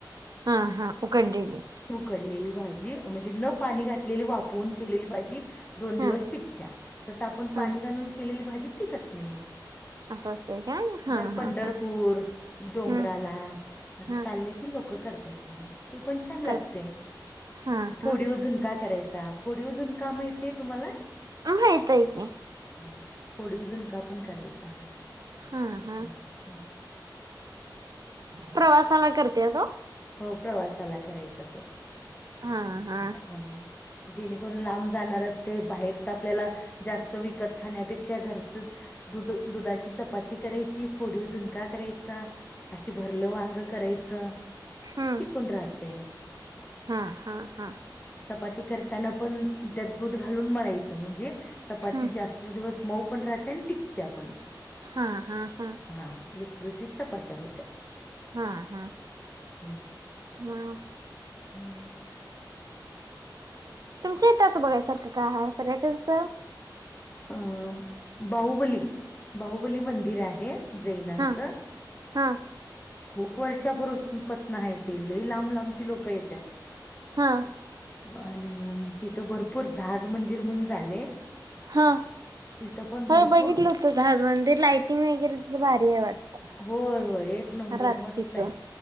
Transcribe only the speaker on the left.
उकडलेली भाजी म्हणजे न पाणी घातलेले वाप्वुन केलेली भाजी. दोन दिवस
टिकत्या तस आपण पाणी
घालून केलेली भाजी टिकत नाही.
जर पंढरपूर
डोंगराला
असं
चाललं की की लोक करतात हे ती पण छान लागते.
फोडीव
झुणका करायचा. फोडीव झुणका माहितय तुम्हाला.
हा फोडीव झुणका पण करायचा.
हं, हं.
हो प्रवासाला करायचा तो.
हां. जेणेकरून लांब जाणार असते. बाहेरच आपल्याला जास्त विकत खाण्यापेक्षा घरचचं. दुध दुधाची चपाती करायची, फोडीव झुणका करायचा. असे भरलं वांग करायचं.
कोण राहते.
चपाती करताना पण त्यात, दूध घालून मळायचं म्हणजे चपाती
जास्तं. लय दिवस मऊ पण राहते आणि टिकत्या पण.
हा लुसलुशीत चपात्या होत्यात.
हम
मग.
अ बाहुबली. बाहुबली मंदिर आहे जैनाच.
खूप वर्षापूर्वी पसन आहे ते लई लांब लांबची लोकं येत्यात.
आणि तिथं भरपूर जहाज मंदिर म्हणून झाले.
तिथं पण भरपूर
होय होय एक नंबर
मस्त आय.